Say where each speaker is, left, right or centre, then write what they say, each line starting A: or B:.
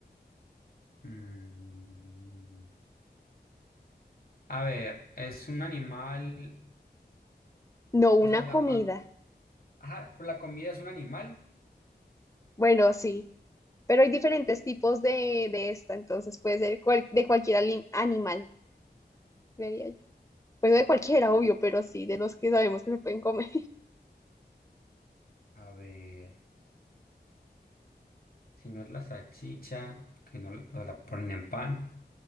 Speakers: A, on the left; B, on the left.
A: mm, A ver, es un animal,
B: No
A: o
B: una
A: sea, la
B: comida.
A: parte... Ajá, pero la comida es un animal.
B: Bueno, sí. Pero hay diferentes tipos de, de esta, entonces puede ser cual- de cualquier ali- animal, creería yo. Pues no de cualquiera, obvio, pero sí, de los que sabemos que se pueden comer.
A: A ver, si no es la salchicha, porque no, la- pues la ponen en pan,